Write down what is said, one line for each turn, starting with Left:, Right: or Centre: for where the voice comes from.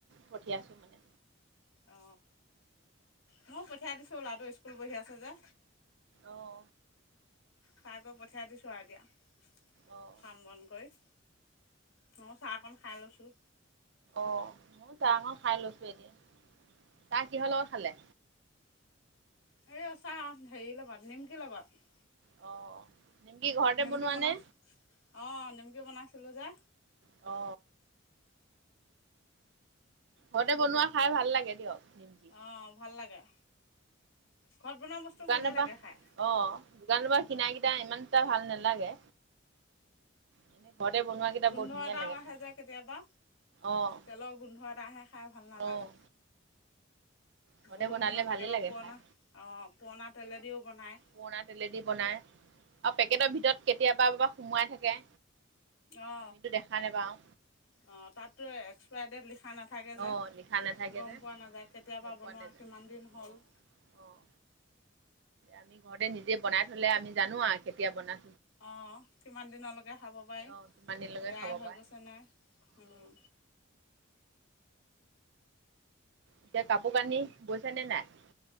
Right: পঠিয়াইছো মানে।
Left: অ ময়ো পঠিয়াই দিছোঁ ল'ৰাটো স্কুল পঢ়ি আছে যে।
Right: আহ
Left: তাই আকৌ পঠিয়াই দিছোঁ আৰু এতিয়া
Right: অ'।
Left: কাম বন কৰি। ময়ো চাহ অকণ খাই লৈছোঁ।
Right: অ মই চাহকন খাই লৈছোঁ। এতিয়া চাহ কিহৰ লগত খালে?
Left: এই চাহ হেৰিৰ লগত নিমকিৰ লগত।
Right: অ নিমকি ঘৰতে
Left: নিমকি
Right: বনোৱা
Left: বনাই
Right: নে?
Left: অ নিমকি বনাইছিলোঁ যে।
Right: অ ঘৰতে বনোৱা খাই ভাল লাগে দিয়ক নিমকি।
Left: অঁ ভাল লাগে ঘৰত বনোৱা বস্তু
Right: দোকান
Left: ভালেই
Right: বা
Left: লাগে খাই।
Right: অ দোকান কিনা কেইটা ইমানটা ভাল নালাগে। এনে ঘৰতে বনোৱা কেইটা
Left: গোন্ধ
Right: বৰ ধুনীয়া
Left: এটাও
Right: লাগে
Left: আহে
Right: খাই
Left: যে কেতিয়াবা।
Right: অ'
Left: তেলৰ গোন্ধ এটা আহে খাই ভাল নালাগে।
Right: অ' ঘৰতে
Left: বহু
Right: বনালে
Left: দিনৰ কেতিয়াবা
Right: ভালেই লাগে
Left: পুৰণা
Right: খাই
Left: অ পুৰণা তেলে দিও বনায়।
Right: পুৰণা তেলেদি বনাই আও পেকেটৰ ভিতৰত কেতিয়াবা সোমোৱাই থাকে।
Left: অ
Right: আমিতো দেখা নাপাওঁ
Left: অ তাত এস্কপাইডেত লিখ- খা নাথাকে যে
Right: অ' লিখা নাথাকে
Left: গম
Right: যে
Left: পোৱা নাযায় কেতিয়াবা
Right: গম
Left: বনোৱা
Right: পোৱা নাযায়
Left: কিমান দিন হ'ল।
Right: অ'
Left: <inaudible>
Right: অ' আমি ঘৰতে নিজে বনাই থলে আমি জানো আৰু কেতিয়া বনা।
Left: অ কিমান দিনলৈকে খাব পাৰি।
Right: অ' কিমান দিনলৈকে
Left: বেয়া
Right: খাব
Left: হৈ
Right: পাৰে
Left: গৈছে নে। উম
Right: অ' এতিয়া কাপোৰ কানি বৈছে নে নাই?